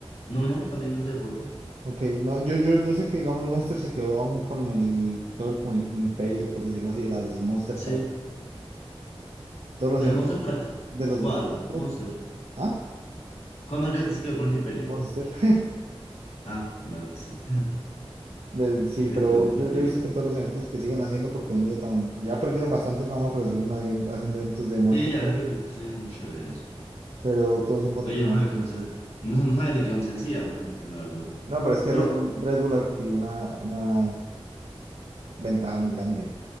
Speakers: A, on the left; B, on the right.
A: No, no, también en ese deporte.
B: Ok, no, yo, yo, yo sé que, digamos, Monster se quedó aún con el, todo el, como el imperio, por decirlo así, de las Monster
A: Sí.
B: Truck. Todos los
A: ¿La
B: eventos
A: de Monster Truck?
B: de los
A: ¿Cuál?
B: Monster Truck.
A: Monster.
B: Ah,
A: ¿Cuál marca se quedó con ese imperio?
B: Monster. <laughs>
A: Ah, bueno, pues sí.
B: De-
A: <laughs>
B: sí,
A: Tiene
B: pero
A: sentido. tiene
B: yo,
A: sentido.
B: yo he visto que en todos los eventos que siguen haciendo, porque hoy en día tan- ya perdieron bastante fama, pero siguen habi- haciendo eventos de Monster
A: Sí, ya
B: Truck.
A: se pierde, se deja mucho de eso.
B: pero todos son patrocinados
A: Pero yo no sabía
B: por
A: que
B: Monster.
A: once, no, no sabía ni qué once hacía, por ejemplo, la verdad.
B: No, pero es que
A: Pero,
B: Red Bull, Red Bull adquirió una, una ventaja muy grande.